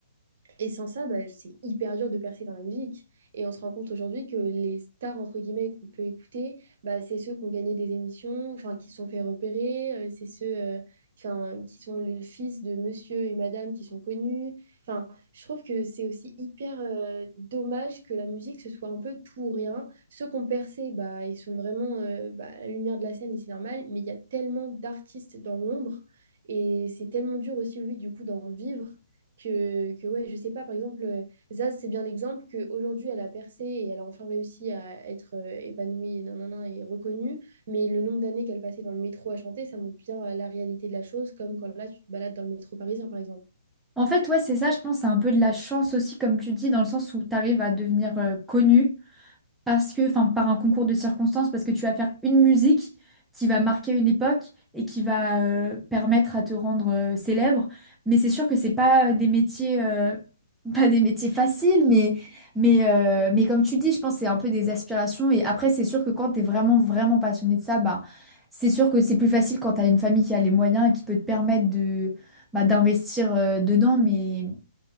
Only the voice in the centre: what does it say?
En fait, ouais, c'est ça, je pense, c'est un peu de la chance aussi, comme tu dis, dans le sens où tu arrives à devenir euh, connu parce que, enfin, par un concours de circonstances, parce que tu vas faire une musique qui va marquer une époque et qui va euh, permettre à te rendre euh, célèbre. Mais c'est sûr que c'est pas euh, des métiers, euh, <laughs> pas des métiers faciles, mais, mais, euh, mais comme tu dis, je pense que c'est un peu des aspirations. Et après, c'est sûr que quand t'es vraiment, vraiment passionné de ça, bah, c'est sûr que c'est plus facile quand t'as une famille qui a les moyens et qui peut te permettre de, bah, d'investir euh, dedans. Mais,